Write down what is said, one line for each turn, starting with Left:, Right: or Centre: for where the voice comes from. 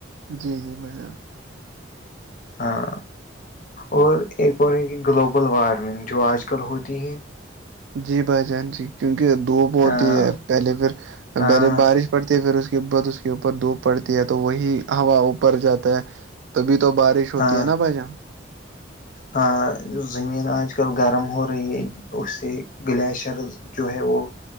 Right: جی جی بھائیپ
Left: ہاں اور ایک اور ہے کہ گلوبل وارمنگ جو آج کل ہوتی ہے
Right: جی بھائی جان جی کیونک دھوپ ہوتی
Left: ہاں
Right: ہے پہلے پھر
Left: ہاں
Right: بہلے بارش پڑتی ہے پھر اس بت اس کے اوپر دھوپ پڑتی ہے تو وہی ہوا اوپر جاتا ہے تبھی تو بارش چھوتی
Left: ہاں
Right: ہے نہ بائی جں
Left: ہاں زمین آج کل گرم ہو رہی ہے اس سے گلیشرز جو ہے وہ